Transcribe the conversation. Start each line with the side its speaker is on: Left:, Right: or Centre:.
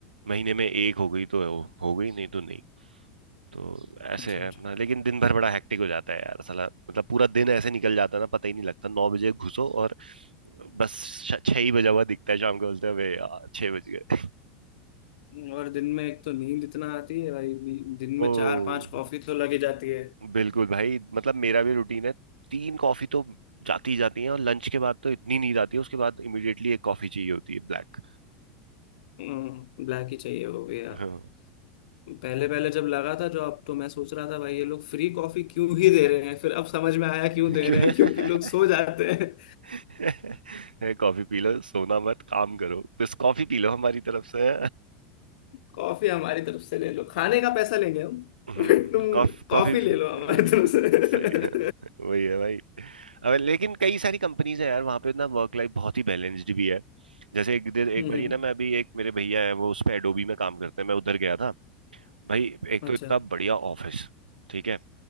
Right: महीने में एक हो गई तो हो, हो गई नहीं तो नहीं तो ऐसे
Left: अच्छा
Right: है
Left: अच्छा
Right: अपना लेकिन दिन भर बड़ा हेक्टिक हो जाता है यार साला मतलब पूरा दिन ऐसे निकल जाता है ना पता ही नहीं लगता नौ बजे घुसो और बस छ- छह ही बजा हुआ दिखता है शाम को बोलते हैं "अबे यार छह बज गए
Left: और दिन में एक तो नींद इतना आती है भाई भी- दिन
Right: <laughs>
Left: में
Right: ओ
Left: चार पांच कॉफी तो लगी जाती है
Right: बिल्कुल भाई मतलब मेरा भी रूटीन है तीन कॉफी तो जाती ही जाती है और लंच के बाद तो इतनी नींद आती है उसके बाद इमिडिएटली एक कॉफी चाहिए होती है ब्लैक
Left: हम्म, ब्लैक ही चाहिए वो भी यार
Right: हाँ
Left: पहले पहले जब लगा था जो अब तो मैं सोच रहा था भाई ये लोग फ्री कॉफी क्यों ही दे रहे हैं फिर अब समझ में आया क्यों
Right: <laughs>
Left: दे
Right: क्यों
Left: रहे हैं क्योंकि लोग सो
Right: <laughs>
Left: जाते हैं
Right: <laughs> कॉफी पी लो सोना मत काम करो बस कॉफी पी लो हमारी तरफ से
Left: कॉफी हमारी तरफ से ले लो खाने का पैसा लेंगे हम
Right: हम्म
Left: बट तुम
Right: कॉफ
Left: कॉफी
Right: कॉफी <laughs>
Left: ले लो हमारी तरफ से
Right: सही है वही है भाई अब लेकिन कई सारी कंपनीज है यार वहाँ पे ना वर्क लाइफ बहुत ही बैलेंस्ड भी है जैसे एक दिन एक
Left: हम्म
Right: बार ये ना मैं अभी एक मेरे भैया है वो उस पे एडोबी में काम करते हैं मैं उधर गया था भाई एक
Left: अच्छा
Right: तो इतना बढ़िया ऑफिस ठीक है